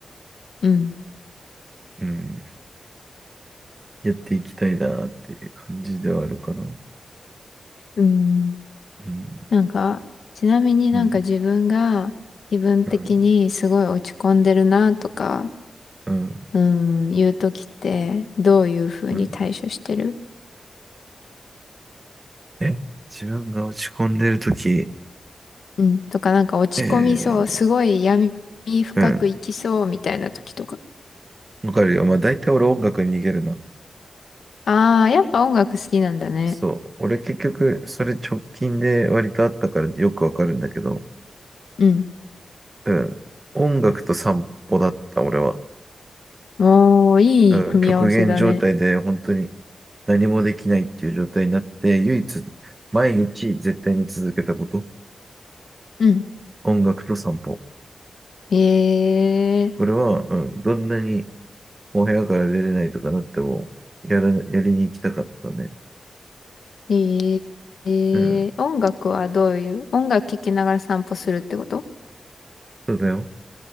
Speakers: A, on the left; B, on the right.
A: うん。
B: うん。やっていきたいなっていう感じではあるかな。う
A: うん。
B: ん。
A: なんか、ちなみになんか自分が気分的にすごい落ち込んでるなとか、
B: うん。うん。うん。
A: うん、いう時ってどういうふうに対処してる
B: うんえ、自分が落ち込んでるとき、
A: うん。とかなんか落ち込みそう、
B: えー、
A: すごい闇深く生きそうみたいな時とか。
B: うん。わかるよ。まあ大体俺音楽に逃げるな。
A: ああ、やっぱ音楽好きなんだね。
B: そう。俺結局、それ直近で割とあったからよくわかるんだけど、
A: うん。
B: うん。音楽と散歩だった、俺は。
A: おー、いい組み合わせだね。
B: うん。極限状態で本当に何もできないっていう状態になって、唯一、毎日絶対に続けたこと。
A: うん。
B: 音楽と散歩。
A: え
B: これは、うん。どんなにお部屋から出れないとかなっても、やら、やりに行きたかったね。
A: ー、えー、
B: うん。
A: えー、音楽はどういう音楽聴きながら散歩するってこと
B: そうだよ。